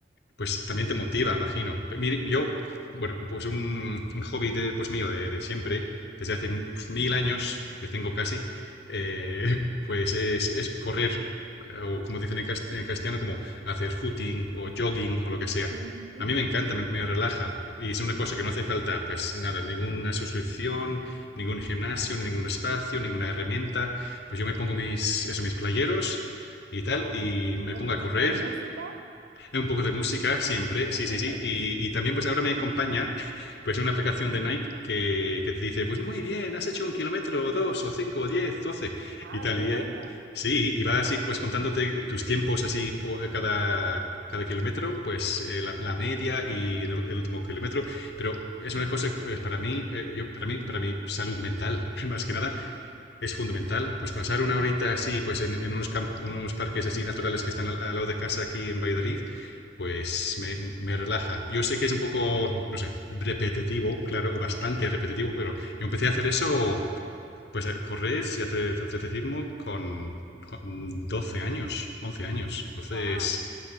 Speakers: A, on the left; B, on the right.
A: pues también te motiva, imagino. Pe- mire, yo, bueno, pues un, un hobby de, pues mío de, de siempre, desde hace pf, mil años, que tengo casi, eh, <laughs> pues es, es correr, eh, o como dicen en, cas- en castellano, como hacer footing o jogging o lo que sea.
B: Ujú.
A: A mí me encanta, me, me relaja. Y es una cosa que no hace falta, pues nada, ninguna suscripción, ningún gimnasio, ningún espacio, ninguna herramienta. Pues yo me pongo mis, eso, mis playeros y tal, y me
B: un
A: pongo
B: poquito
A: a correr
B: de música.
A: un poco de música siempre, sí,
B: <laughs>
A: sí, sí. Y, y también pues ahora me acompaña <laughs> pues una aplicación de Nike que, que te dice, pues muy bien, has hecho un kilómetro o dos o cinco o diez, doce
B: Ah,
A: y tal.
B: muy
A: Y,
B: bueno.
A: eh, sí, y va así pues contándote tus tiempos así por cada, cada kilómetro, pues eh, la, la, media y en el, el, último kilómetro. Pero es una cosa pues para mí, eh, yo, para mí, para mi salud mental, <laughs> más que nada, es fundamental. Pues pasar una horita así, pues en, en unos, camp- unos parques así naturales que están al, al lado de casa aquí en Valladolid, pues me, me relaja. Yo sé que es un poco, no sé, repetitivo, claro, o bastante repetitivo, pero yo empecé a hacer eso, pues a correr y hacer atletismo con, con 12 años, 11 años. Entonces,
B: Wow.